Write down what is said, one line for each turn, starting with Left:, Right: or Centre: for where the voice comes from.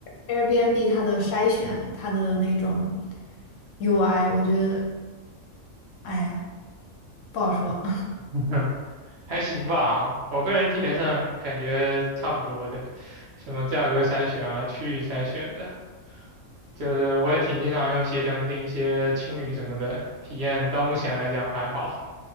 Left: Air- Airbnb 它的筛选，它的那种 UI，我觉得，哎呀，不好说。
Right: <laughs> 还行吧，我个人体验上感觉差不多的，什么价格筛选啊、区域筛选的。就是我也挺经常用携程订一些青旅什么的，体验到目前来讲还好。